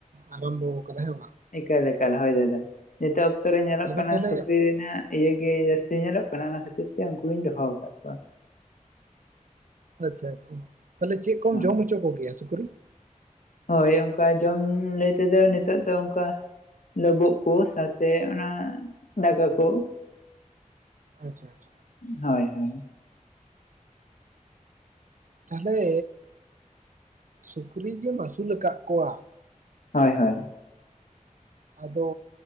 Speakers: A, on the right; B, on the left.
A: ᱟᱨᱟᱢᱵᱚ ᱟᱠᱟᱫᱟ ᱦᱮᱸ ᱵᱟᱝ?
B: ᱮᱠᱟᱞ ᱮᱠᱟᱞ ᱦᱳᱭ ᱫᱟᱫᱟ ᱱᱤᱛᱚᱜ ᱚᱠᱛᱚ ᱨᱮ ᱧᱮᱞᱚᱜ
A: ᱟᱫᱚ
B: ᱠᱟᱱᱟ
A: ᱛᱟᱦᱞᱮ
B: ᱥᱩᱠᱨᱤ ᱨᱮᱱᱟᱜ, ᱤᱭᱟᱹᱜ ᱜᱮ ᱡᱟᱹᱥᱛᱤ ᱧᱮᱞᱚᱜ ᱠᱟᱱᱟ ᱚᱱᱟ ᱠᱷᱟᱹᱛᱤᱨ ᱛᱮ ᱩᱱᱠᱩᱧ ᱫᱚᱦᱚ ᱟᱠᱟᱫ ᱠᱚᱣᱟ ᱾
A: ᱟᱪᱷᱟ ᱟᱪᱷᱟ ᱛᱟᱦᱚᱞᱮ ᱪᱮᱫ
B: ᱠᱚᱣᱟ
A: ᱠᱚᱢ ᱡᱚᱢ ᱦᱚᱪᱚ ᱠᱚᱜᱮᱭᱟ ᱥᱩᱠᱨᱤ?
B: ᱦᱳᱭ ᱚᱱᱠᱟ ᱡᱚᱢ ᱞᱟᱹᱭ ᱛᱮᱫᱚ ᱱᱤᱛᱚᱜ ᱫᱚ ᱚᱱᱠᱟ᱾ ᱞᱳᱵᱩᱜ ᱠᱚ ᱥᱟᱶᱛᱮ ᱚᱱᱟ ᱫᱟᱠᱟ ᱠᱚ ᱾
A: ᱟᱪᱷᱟ ᱟᱪᱷᱟ ᱾
B: ᱦᱳᱭ ᱦᱳᱭ ᱾
A: ᱛᱟᱦᱚᱞᱮ ᱥᱩᱠᱨᱤ ᱜᱮᱢ ᱟᱹᱥᱩᱞ ᱟᱠᱟᱫ ᱠᱚᱣᱟ!
B: ᱦᱳᱭ ᱦᱳᱭ ᱾
A: ᱟᱫᱚ